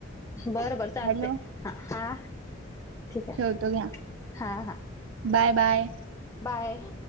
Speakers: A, on the left; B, on the right.
A: बर बर. चालते.
B: हॅलो
A: हा हा ठीक आहे
B: ठेवतो घ्या
A: हां हां.
B: Bye bye.
A: बाय.